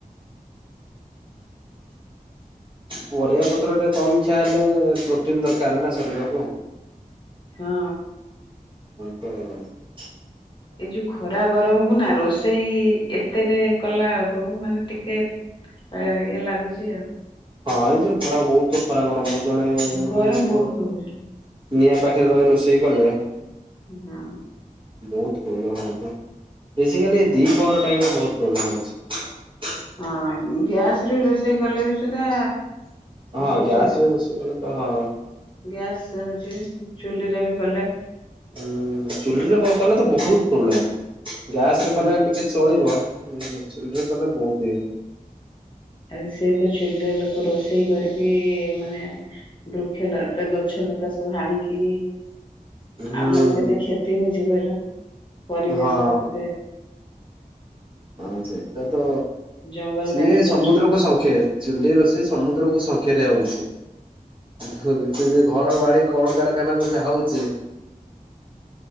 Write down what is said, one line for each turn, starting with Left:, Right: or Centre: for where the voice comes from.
Right: ପରିବା ପତ୍ର ଟିକେ କମ୍ ଖିଆ ହେଲେ ପ୍ରୋଟିନ ଦରକାର ନା ଶରୀରକୁ
Left: ହଁ
Right: ହୁଁ <inaudible>
Left: ଏଇ ଯୋଉ ଖରା ଗରମ କୁ ନା ରୋଷେ ସେଇ ଏତେଟେ କଲା କୋଉ ମାନେ ଟିକେ ଏ ଇଏ ଲାଗୁଛି ଆଉ
Right: ହଁ ଏଇ ଯୋଉ ଖରା ବୋହୁତ ଖରା ଗରମ ଜଣେ
Left: ଗରମ
Right: ଲୋକ
Left: ବହୁତ ହଉଛି।
Right: ନିଆଁ ପାଖରେ ରହି ରୋଷେଇ କଲେ
Left: ହଁ
Right: ବୋହୁତ ପ୍ରୋବ୍ଲେମ ହୋଉଚି, ବେଶିକଲି ଦ୍ୱିପହର ଟାଇମରେ ପ୍ରୋବ୍ଲେମ ହୋଉଚି।
Left: ହଁ ଗ୍ୟାସରେ ରୋଷେଇ କଲେ ବି ସୁଧା
Right: ହଁ
Left: ହଉଛି
Right: ଗ୍ୟାସରେ
Left: ଗରମ।
Right: ରୋଷେଇ କଲେ ହଁ
Left: ଗ୍ୟାସ ହୋଉଚି ଚୁଲିରେ ବି କଲେ
Right: ହୁଁ ଚୁଲିରେ କଲେ ତ ବୋହୁତ ପ୍ରୋବ୍ଲେମ୍ ଗ୍ୟାସରେ
Left: ହଁ।
Right: କଲେ ଟିକେ ଚଳିବ ଚୁଲିରେ କଲେ। ବହୁତେ <inaudible>
Left: ଆରେ ସେଇ ତ ଚୁଲିରେ ଲୋକ ରୋଷେଇ କରି, କି ମାନେ ବୃକ୍ଷଲତା ଗଛଲତା ସବୁ ହାଣି କି
Right: ହୁଁ
Left: ଆମର କେତେ କ୍ଷତି ହୋଉଚି। <unintelligible> କହିଲ ପରିବେଶ
Right: ହଁ
Left: କେତେ
Right: ହଁ ସେଇଟା ତ
Left: ଜଙ୍ଗଲ
Right: ସିଏ
Left: କାଟି ଦଉଛନ୍ତି।
Right: ସମୁଦ୍ର କୁ ସଂଖ୍ୟ ଚୁଲି ରୋଷେଇ ସମୁଦ୍ର କୁ ସଂଖେ ରେ ହୋଉଚି। ଘର ବାରିକ କଳକାରଖାନା ଯଦି ହଉଛି।